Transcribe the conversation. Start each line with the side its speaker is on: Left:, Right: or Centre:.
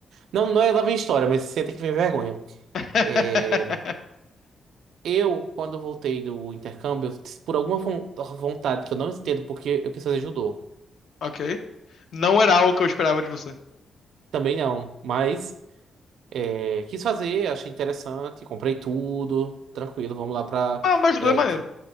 Right: Não, não é lá vem história, mas senta que vem vergonha.
Left: <laughs>
Right: É, Eu, quando voltei do intercâmbio, por alguma von- vontade que eu não entendo, porque eu quis fazer judô.
Left: Ok. Não era algo que eu esperava de você.
Right: Também não, mas é, quis fazer, achei interessante, comprei tudo, tranquilo, vamos lá pra.
Left: Ah, mas ajudou,
Right: é,
Left: é maneiro.
Right: t-